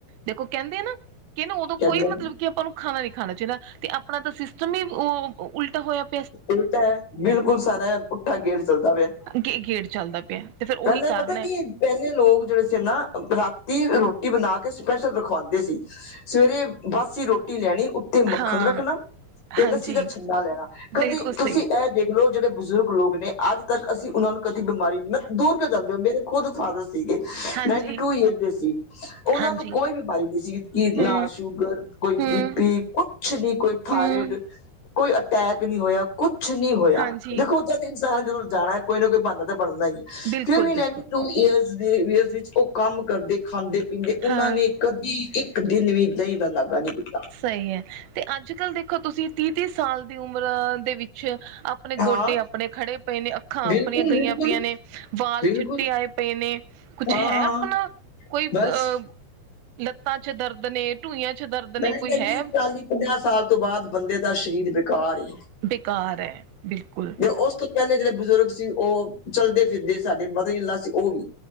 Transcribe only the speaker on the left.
ਕਹਿੰਦੇ
ਉਲਟਾ ਐ, ਬਿਲਕੁਲ ਸਾਰਾ ਪੁੱਠਾ ਗੇਅਰ ਚਲਦਾ ਪਿਆ।
ਪਹਿਲੇ
ਪਤਾ ਕੀ
ਪਹਿਲੇ ਲੋਕ ਜਿਹੜੇ ਸੀ ਨਾ, ਰਾਤੀ ਰੋਟੀ ਬਣਾ ਕੇ ਸਪੈਸ਼ਲ ਰਖਵਾਂਦੇ ਸੀ। ਸਵੇਰੇ ਬਾਸੀ ਰੋਟੀ ਲੈਣੀ, ਉੱਤੇ ਮੱਖਣ
ਰੱਖਣਾ ਤੇ
ਲੱਸੀ ਦਾ ਛੰਨਾ ਲੈਣਾ। ਕਦੇ
ਤੁਸੀਂ ਇਹ ਦੇਖ ਲੌ ਜਿਹੜੇ ਬਜ਼ੁਰਗ ਲੋਕ ਨੇ ਅੱਜ ਤੱਕ ਅਸੀਂ ਉਹਨਾਂ ਨੂੰ ਕਦੀ ਬਿਮਾਰੀ ਦੂਰ ਕੇ ਜਾਂਦੇ ਹੋ ਮੇਰੇ ਖੁਦ ਫਾਦਰ ਸੀਗੇ,
ਨਾਈਨਟੀ ਟੂ ਈਅਰ ਦੇ ਸੀ। ਉਹਨਾਂ
ਨੂੰ ਕੋਈ ਬਿਮਾਰੀ ਨਹੀਂ ਸੀ, ਕੀ
ਨਾ ਸ਼ੂਗਰ, ਕੋਈ
ਬੀ ਪੀ ਕੁੱ ਛ ਨਹੀ ਕੋਈ ਥਾਇਰਡ,
ਕੋਈ ਅਟੈਕ ਨਹੀਂ ਹੋਇਆ, ਕੁਛ ਨਹੀ ਹੋਇਆ।
ਦੇਖੋ ਜਦ ਇਨਸਾਨ ਜਦੋਂ ਜਾਣਾ ਕੋਈ ਨਾ ਕੋਈ ਬਹਾਨਾ ਤਾਂ ਬਣਨਾ ਹੀ ਏ।
ਫਿਰ ਵੀ
ਨਾਈਨਟੀ ਟੂ ਈਅਰ ਦੇ ਵਿੱਚ ਉਹ ਕੰਮ ਕਰਦੇ, ਖਾਂਦੇ- ਪੀਂਦੇ ਉਹਨਾਂ
ਨੇ ਕਦੀ ਇੱਕ ਦਿਨ ਵੀ ਦਹੀ ਦਾ ਨਾਗਾ ਨਹੀ ਕੀਤਾ।
ਹਾਂ
ਬਿਲਕੁਲ
ਬਿਲਕੁਲ
ਬਿਲਕੁਲ
ਹਾਂ
ਹਾਂ
ਬਸ
ਕਹਿੰਦੀਆਂ
ਚਾਲੀ- ਪੰਜਾਹ ਸਾਲ ਤੋਂ ਬਾਦ, ਬੰਦੇ ਦਾ ਸਰੀਰ ਬੇਕਾਰ ਏ।
ਤੇ ਉਸ ਤੋਂ ਪਹਿਲੇ ਜਿਹੜੇ ਬਜ਼ੁਰਗ ਸੀ, ਉਹ ਚਲਦੇ ਫਿਰਦੇ ਸਾਡੇ ਮਦਰ ਇਨ ਲਾ ਸੀ ਓ ਵੀ।